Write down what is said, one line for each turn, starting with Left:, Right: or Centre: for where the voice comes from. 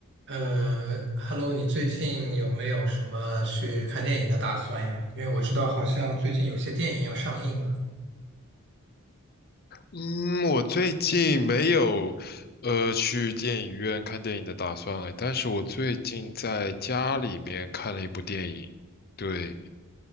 Right: 呃，Hello，你最近有没有什么去看电影的打算呀？因为我知道好像最近有些电影要上映嘛，
Left: 嗯，我最近没有呃去电影院看电影的打算，但是我最近在家里面看了一部电影，对。